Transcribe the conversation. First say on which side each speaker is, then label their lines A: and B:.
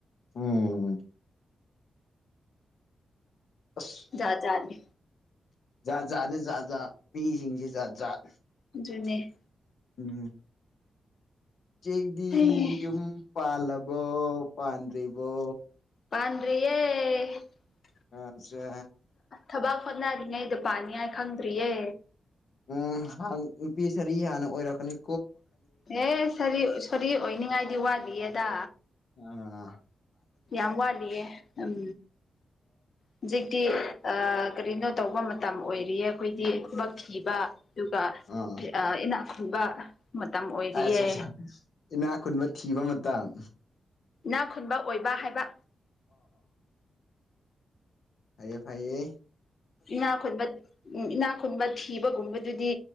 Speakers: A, on the left (about 70°); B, on the left (about 55°).
A: ꯎꯝ ꯑꯁ
B: ꯌꯥꯖꯖꯥꯅꯤ
A: ꯖꯥꯠ ꯖꯥꯠ ꯖꯥꯠ ꯖꯠ ꯃꯤꯁꯤꯡꯁꯦ ꯖꯥꯠ ꯖꯥꯠ
B: ꯖꯨꯅꯦ
A: ꯎꯝ ꯆꯦꯛꯗꯤ
B: ꯍꯩ
A: ꯌꯨꯝ ꯄꯥꯜꯂꯕꯣ ꯄꯥꯟꯗ꯭ꯔꯤꯕꯣ
B: ꯄꯟꯌꯦꯦ
A: ꯑꯁ
B: ꯊꯕꯥꯛ ꯍꯣꯠꯅꯔꯤꯉꯩꯗ ꯄꯥꯅꯤꯉꯥꯏ ꯈꯪꯗ꯭ꯔꯤꯌꯦ
A: ꯎꯝ ꯍꯥꯟ ꯅꯨꯄꯤ ꯁꯥꯔꯤ ꯍꯥꯟꯅ ꯑꯣꯏꯔꯛꯀꯅꯤ
B: ꯑꯦ ꯁꯔꯤ ꯁꯣꯔꯤ ꯑꯣꯏꯅꯤꯡꯉꯥꯏꯗꯤ ꯋꯥꯠꯂꯤꯌꯦꯗ
A: ꯎꯝ
B: ꯌꯥꯝ ꯋꯥꯠꯂꯤꯌꯦ ꯎꯝ ꯍꯧꯖꯤꯛꯇꯤ ꯀꯔꯤꯅꯣ ꯇꯧꯕ ꯃꯇꯝ ꯑꯣꯏꯔꯦ ꯍꯧꯌꯦ ꯑꯩꯈꯣꯏꯗꯤ ꯈꯨꯕꯛ ꯊꯤꯕ ꯑꯗꯨꯒ
A: ꯑꯥ
B: ꯏꯅꯥꯛ ꯈꯨꯟꯕ ꯃꯇꯝ ꯑꯣꯏꯔꯤꯌꯦ
A: ꯑ ꯑ ꯏꯅꯥ ꯈꯨꯨꯟꯕ ꯊꯤꯕ ꯃꯇꯝ
B: ꯅꯥ ꯈꯨꯟꯕ ꯑꯣꯏꯕ ꯍꯥꯏꯕ
A: ꯍꯥꯏꯌꯦ ꯐꯥꯏꯌꯦ
B: ꯅꯥꯈꯣꯏꯠ ꯎꯝ ꯏꯅꯥꯛ ꯈꯨꯨꯟꯕ ꯊꯤꯕꯒꯨꯝꯕꯗꯨꯗꯤ